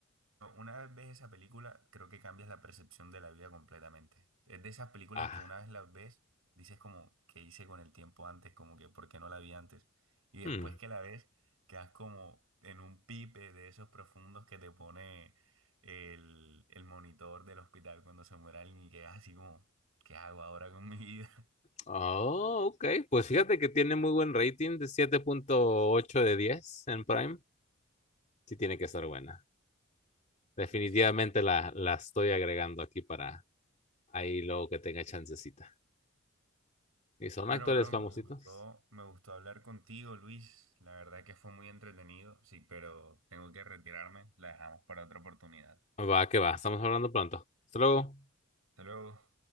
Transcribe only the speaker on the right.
no, Una vez ves esa película, creo que cambias la percepción de la vida completamente. Es de esas películas
que una vez las ves, dices como, ¿qué hice con el tiempo antes? Como que, ¿por qué no la vi antes? Y después
que la ves, quedas como en un pipe de esos profundos que te pone el, el monitor del hospital cuando se muere alguien y quedas así como, ¿qué hago ahora con mi vida? <laughs>
Sí, sí.
Bueno,
bro,
me gustó, me gustó hablar contigo, Luis. La verdad que fue muy entretenido, sí, pero tengo que retirarme. La dejamos para otra oportunidad.
Hasta luego.